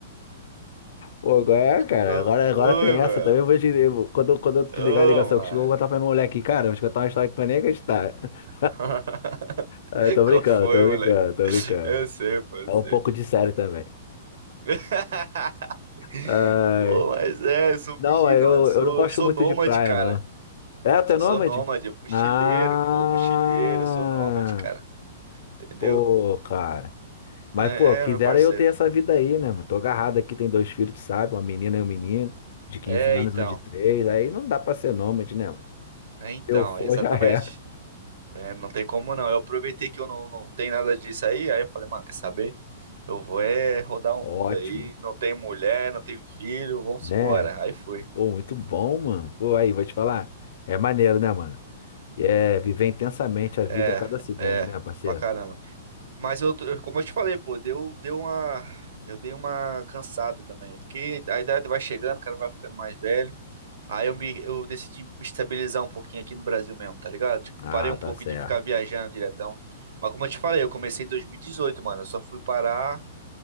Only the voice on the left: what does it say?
Pô, agora é, cara,
agora,
agora tem essa
também. eu Vou te, eu- quando, eu- quando eu desligar
a ligação
contigo, eu vou contar pra minha mulher aqui, cara. Vou te contar uma história que tu vai nem acreditar. <laughs>
Ah, tô brincando,
tô brincando,
tô brincando.
É
um pouco de sério também.
Ai,
não,
eu,
eu não gosto
muito
de praia,
não. É, tu é nômade?
Ah,
pô, cara. Mas,
pô, quisera
eu ter essa vida aí, né, mano? Tô agarrado aqui, tem dois filhos, tu sabe? Uma menina e um menino, de quinze
anos,
um de 3. Aí não dá pra ser nômade, né? mano?
Se Eu for,
já <laughs> era.
Ótimo,
né?
Pô, muito bom, mano. Pô, aí, vou te falar. É maneiro, né, mano? E É viver intensamente a vida
a cada segundo,
né, parceiro?
Ah,
tá
certo.